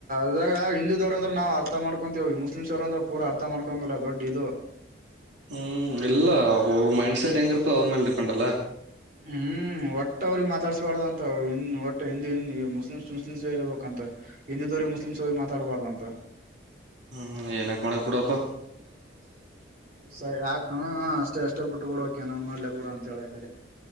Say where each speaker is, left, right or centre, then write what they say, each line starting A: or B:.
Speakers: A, on the right; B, on the right.
A: ಇದಾಗ ಹಿಂದೂ ದವರು ಅಂದ್ರ ನಾವವು ಅರ್ಥ ಮಾಡ್ಕೊಂತೀವಿ ಮುಸ್ಲಿಮ್ಸ್ ಅವರುಂದ್ರ ಪೂರ ಅರ್ಥ ಮಾಡ್ಕೊಂಗಲ್ಲ ದೊಡ್ಡ ಇದು.
B: ಹ್ಮ ಇಲ್ಲ ಊ. ಪಂಡಸ ಭಯಂಗರ ೋರ್ಲ್. ಪೊಂಡಲ್ಲ.
A: ಹ್ಮ್ ಒಟ್ಟವ್ರಿಗೆ ಮಾತಾಡ್ಸ್ಬಾರ್ದ ಅಂತ ಒಟ್ಟ ಹಿಂದ ಮುಸ್ಲಿಮಸ್ ಮುಸ್ಲಿಮಸ್ ಇರ್ಬಂತ ಹಿಂದಿದವ್ರ ಮುಸ್ಲಿಮ್ಸ್ ಅವ್ರ ಮಾತಾಡ್ಬಾರ್ದ ಅಂತ.
B: ಹ ಏನಕ್ ಮಾಡಕ್ ಕೊಡಪ್ಪ.
A: ಸ ಯಾಕಣ ಅಷ್ಟೇ ಅಷ್ಟೇ ಬಿಟ್ಟ ಬಿಡ. ಕೆನ ಮಾಡ್ಲೇಬುಡ ಅಂತಳೆ ಕಡೆ.